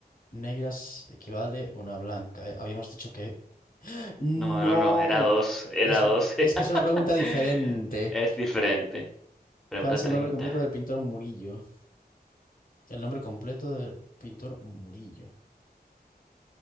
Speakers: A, on the left; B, in the centre.
A: negras equivale una blanca. eh. Habíamos dicho que... No,
B: No, no, no, era dos, era
A: es,
B: dos. <laughs>
A: es que es una pregunta diferente.
B: Es diferente. Pregunta
A: ¿Cuál es
B: treinta
A: el nombre completo del pintor Murillo? El nombre completo del pintor Murillo.